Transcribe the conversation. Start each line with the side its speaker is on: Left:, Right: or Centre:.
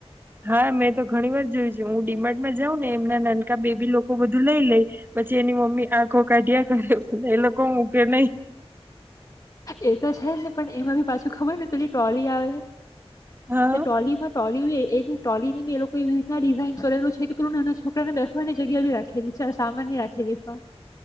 Right: હા મેં તો ઘણી વાર જોયું છે. હું ડીમાટમાં જાઉં ને એમના નાનકા બેબી લોકો બધું લઈ લઈ પછી એની મમ્મી આંખો કાઢ એ લોકો મૂ કે નહી
Left: એ તો છે જ ને પણ એમાં બી પાછું ખબર ને પેલી ટ્રોલી આવે.
Right: હા
Left: ટોલીમાં ટોલી એ ટોલી ની એ લોકો એવી રીત ડિઝઇન કરેલું છે કે પું નાના છોકરા ને બેઠવા ની જગ્યા બી રાખે દ છે સામાનની રાખે દ પણ.